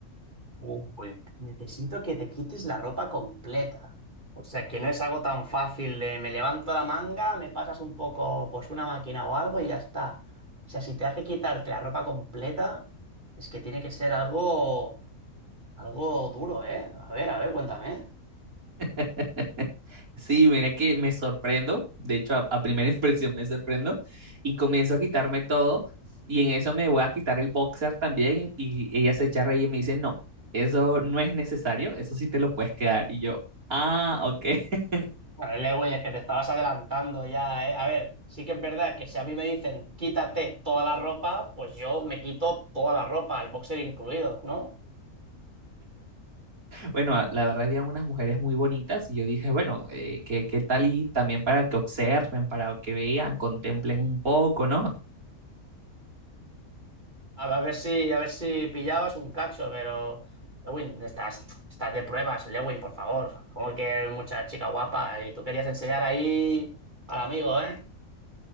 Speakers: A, on the right (about 30°); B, on the right (about 70°).
A: Uh, pues necesito que te quites la ropa completa. O sea, que no es algo tan fácil de me levanto la manga, me pasas un poco, pues una máquina o algo y ya está. O sea, si te hace quitarte la ropa completa, es que tiene que ser algo, algo duro, ¿eh? A ver, a ver, cuéntame.
B: <laughs> Sí, mira que me sorprendo, de hecho a, a, primera <laughs> impresión me sorprendo y comienzo a quitarme todo y en eso me voy a quitar el boxer también y, ella se echa a reír y me dice, no, eso no es necesario, eso sí te lo puedes quedar y yo, ah, ok. <laughs>
A: Bueno, Lewin, es que te estabas adelantando ya, ¿eh? A ver, sí que es verdad que si a mí me dicen quítate toda la ropa, pues yo me quito toda la ropa, el boxer incluido, ¿no?
B: Bueno, a- la verdad había unas mujeres muy bonitas y yo dije, bueno, eh, ¿qué, qué tal y también para que observen, para que vean, contemplen un poco, ¿no?
A: A a ver si, a ver si pillabas un cacho, pero. Lewin, estás, estás de pruebas, Lewin, por favor. Como que mucha chica guapa. Y tú querías enseñar ahí al amigo, ¿eh?